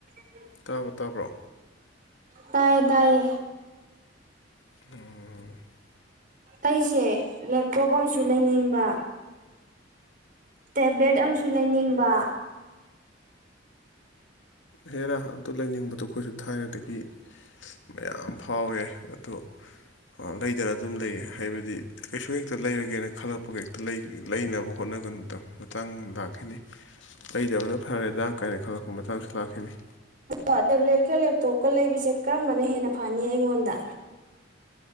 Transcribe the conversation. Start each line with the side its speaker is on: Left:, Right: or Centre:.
Right: <unintelligible>
Left: ꯇꯥꯕꯔꯣ ꯇꯥꯕ꯭ꯔꯣ
Right: ꯇꯌꯦ ꯇꯌꯦ
Left: <unintelligible>
Right: ꯑꯩꯁꯦ ꯂꯦꯞꯇꯣꯞ ꯑꯃꯁꯨ ꯂꯩꯅꯤꯡꯕ꯫ ꯇꯦꯕ꯭ꯂꯦꯠ ꯑꯝꯁꯨ ꯂꯩꯅꯤꯡꯕ
Left: ꯍꯦꯔꯥ ꯑꯗꯨ ꯂꯩꯅꯤꯡꯕꯗꯣ ꯑꯩꯈꯣꯏꯁꯨ ꯊꯥꯏꯅꯗꯒꯤ ꯃꯌꯥꯝ ꯐꯥꯎꯋꯦ ꯑꯗꯨ ꯂꯩꯗꯅ ꯑꯗꯨꯝ ꯂꯩ ꯍꯥꯏꯕꯗꯤ ꯀꯩꯁꯨ ꯍꯦꯛꯇ ꯂꯩꯔꯒꯦꯅ ꯈꯜꯂꯛꯄꯒ ꯍꯦꯛꯇ ꯂꯩꯅꯕ ꯍꯣꯠꯅꯒꯟ ꯃꯇꯥꯡ ꯂꯥꯛꯈꯤꯅꯤ ꯂꯩꯗꯕꯅ ꯐꯔꯦꯗ꯭ ꯀꯥꯏꯅ ꯈꯜꯂꯛ ꯃꯇꯥꯡꯁꯨ ꯂꯥꯛꯈꯤꯅꯤ꯫
Right: ꯑꯗꯣ ꯇꯦꯕ꯭ꯂꯦꯠꯀ ꯂꯦꯞꯇꯣꯞꯀ ꯂꯩꯕꯁꯦ ꯀꯔꯝꯕꯅ ꯍꯦꯟꯅ ꯐꯅꯤ ꯑꯩꯉꯣꯟꯗ